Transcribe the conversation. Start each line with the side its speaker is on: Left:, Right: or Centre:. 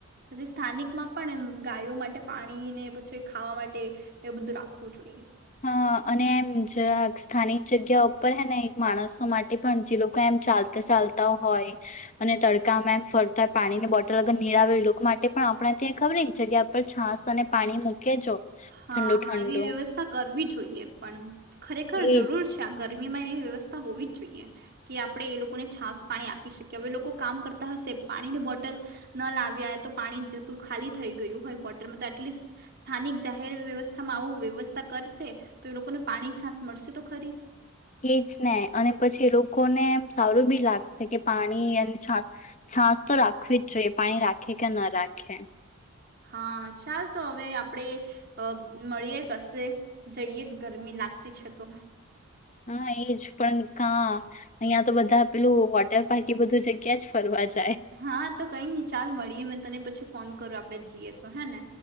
Right: પછી સ્થાનિકમાં પણ ગાયો માટે પાણી ને પછી ખાવા માટે એ બધું રાખવું જોઈએ.
Left: હ અને એમ જ સ્થાનિક જગ્યા ઉપર હે ને એક માણસો માટે પણ જે લોકો એમ ચાલતા ચાલતા હોય, અને તડકામાં એમ ફરતા હોય પાણીની બોટલ અગર નીળ આવે એ લોકો માટે પણ આપણા ત્યાં ખબર જગ્યા પર છાસ અને પાણી મૂકી જો
Right: હા
Left: ઠંડુ
Right: હા
Left: ઠંડુ
Right: એવી વ્યવસ્થા કરવી જો જોઈએ પન ખરેખર
Left: એજ
Right: જરૂર છે આગળ ગરમીમાં એવી વ્યવસ્થા હોવી જ જોઈએ, કે આપણેે એ લોકોને છાસ પાણી આપી શકીએ હવે લોકો કામ કરતા હશે પાણીની બોટલ, ન લાવ્યા તો પાણી જતું ખાલી થઈ ગયું હોય બોટલમાં તો એટલીસ્ટ સ્થાનિક જાહેર વ્યવસ્થામાં આવું વ્યવસ્થા કરશે, તો એ લોકોને પાણી છાસ મળશે તો ખરી.
Left: એજ ને અને પછી એ લોકોને સારું બી લાગશે કે પાણી અને છાસ, છાસ તો રાખવી જ જોઈએ પાણી રાખે કે ન રાખે.
Right: હા ચાલ તો હવે આપણેે, અ મળીએ કશે જઈએ ગરમી લાગતી છે તો.
Left: હા એજ પણ કા, અહિયાં તો બધા પેલું વોટર પારક એ બધું જ ક્યાં જ ફરવા જ
Right: હારુ તો કઈ નઈ ચાલ મળીએે મેં તને પછી ફોન કરો આપડે જીએ તો હે ને